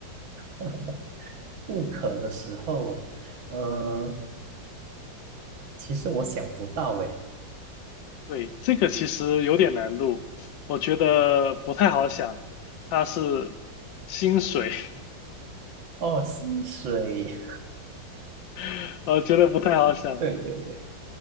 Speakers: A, on the right (about 80°); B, on the left (about 75°).
A: <laughs> 不渴的时候，呃，其实我想不到诶。
B: 对，这个其实有点难度，我觉得不太好想。它是薪水，
A: 哦，薪水，
B: <laughs> 我觉得不太好想。
A: <laughs> 对对对，